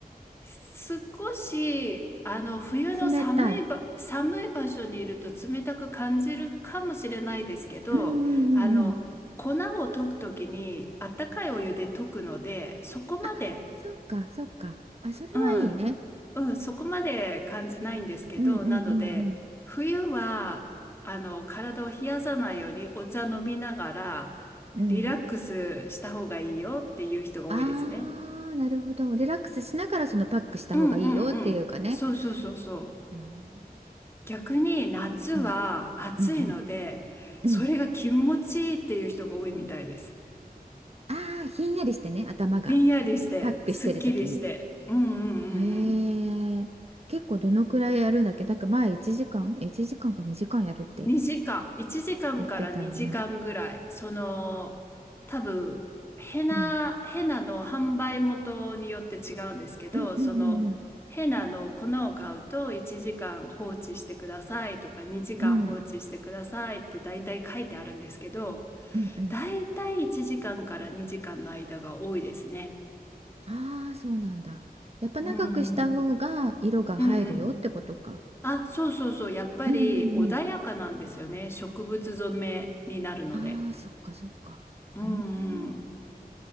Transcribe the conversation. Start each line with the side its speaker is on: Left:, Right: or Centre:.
Left: 少し、あの、冬の寒いば、
Right: 冷たい。
Left: 寒い場所にいると冷たく感じるかもしれないですけど、
Right: うんうんうんうん。
Left: あの、粉を溶くときに、あったかいお湯で溶くので、そこまで、
Right: あ、そっか、そっか。あ、それはいいね。
Left: うん、うん、そこまで感じないんですけど、
Right: うんうんうん
Left: なので、冬は、あの、体を冷やさないようにお茶飲みながら、
Right: うん。
Left: リラックスした方がいいよっていう人が多いですね。
Right: うん。ああ、なるほど。リラックスしながら、そのパックした方がいいよっていうかね。
Left: うんうんうん。そうそうそうそう。
Right: うん
Left: 逆に夏は暑いので、
Right: うんうんうん。
Left: それが気持ちいいっていう人が多いみたいです。
Right: うん。ああ、ひんやりしてね、頭が。
Left: ひんやりして、
Right: パックしてる時に。
Left: すっきりして。うんうんうんうん。
Right: へえ、結構どのくらいやるんだっけなんか前1時間、1時間か2時間やるって
Left: 2時間、1時間かんから2時間ぐらい、
Right: 言ってたよね。
Left: その、多分、ヘナ、
Right: うん。
Left: ヘナの販売元によって違うんですけど、
Right: うんうんうんうん。
Left: その、ヘナの粉を買うと1時間放置してくださいとか2時間放置してくださいって大体書いてあるんですけど、
Right: うんうんうん。
Left: 大体1時間かんから2時間の間が多いですね。
Right: ああ、そうなんだ。やっぱ長くした方が色が入るよってことか。
Left: うんうん。うんうん。あ、そうそうそう。やっぱり穏やかなんですよね。
Right: うんうんうん。
Left: 植物染めになるので。
Right: ああ、そっかそっか。
Left: うんうん。
Right: うん。